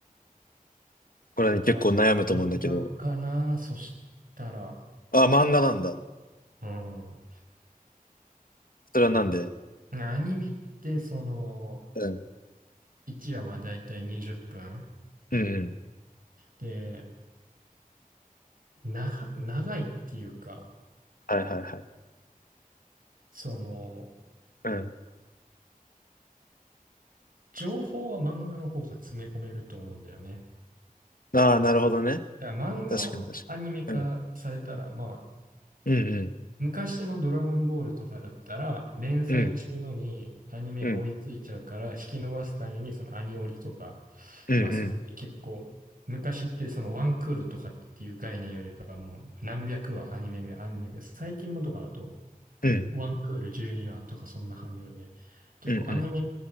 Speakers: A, on the left; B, on the right.
A: これね、
B: まあ、
A: 結構悩むと思うんだけど。
B: 漫画かな。そしたら、
A: あ、漫画なんだ。
B: うん。
A: それはなんで
B: アニメって、その、
A: うん。
B: 1話まあ大体20分。
A: うんうん。
B: で、長く、長いっていうか、
A: はいはいはい。
B: その、
A: うん。
B: 情報は漫画の方が詰め込めると思うんだよね。
A: ああ、なるほどね。
B: だから漫画をアニメ化されたら、
A: 確かに確かに。うん。
B: ま
A: うんうん。
B: 昔のドラゴンボールとかだったら、連載中のにアニメが追いついちゃうから、
A: うん。う
B: 引き伸ばすために、そのアニオリとか、
A: んうん。
B: まあそういうので結構、昔ってそのワンクールとかっていう概念よりかはもう何百話アニメがあるんだけど、最近のとかだと、
A: うん。
B: ワンクール12話とかそんな感じなので、結構アニメ
A: うんうん。